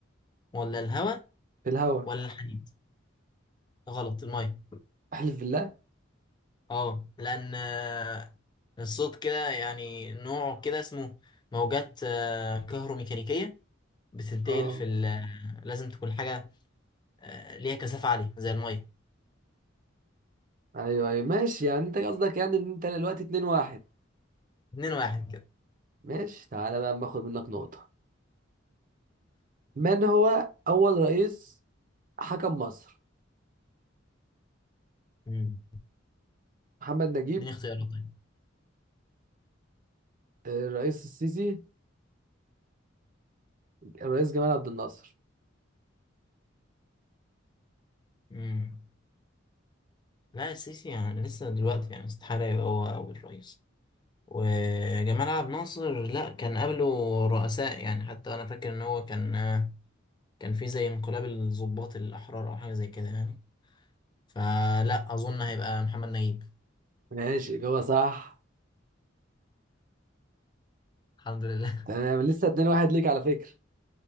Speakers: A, on the left (about 20°); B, on the right (about 45°).
A: ولا الهواء
B: في الهوا
A: ولا الحديد غلط الميه
B: احلف بالله
A: اه لان آه، الصوت كده يعني نوعه كده اسمه موجات آه، كهروميكانيكيه بتنتقل
B: اه
A: في ال- آه، لازم تكون حاجه آه، ليها كثافه عاليه زي الميه
B: ايوه ايوه ماشي يعني انت قصدك يعني ان انت دلوقتي اتنين واحد
A: اتنين واحد كده
B: ماشي تعالى بقى أما اخد منك نقطة من هو اول رئيس حكم مصر
A: مم.
B: محمد نجيب
A: اديني اختيارات طيب
B: آه، الرئيس السيسي الرئيس جمال عبد الناصر
A: مم. لا السيسي يعني لسه دلوقتي يعني استحالة يبقى هو أول رئيس وجمال عبد الناصر لا كان قبله رؤساء يعني حتى أنا فاكر إن هو كان كان في زي انقلاب الضباط الأحرار أو حاجة زي كده يعني فلا أظن هيبقى محمد نجيب
B: ماشي إجابة صح
A: الحمد لله
B: تمام لسه 2-1 ليك على فكرة